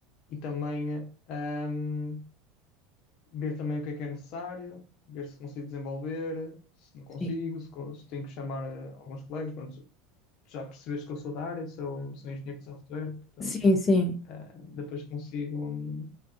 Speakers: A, on the left; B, on the left.
A: E também, ahm, ver também o que é que é necessário, ver se consigo desenvolver, se não consigo,
B: sim.
A: se, con- se tenho que chamar eh, alguns colegas. Pronto, já percebeste que eu sou da área, sou, sou engenheiro de software, portanto,
B: Sim, sim,
A: eh, depois consigo, hum,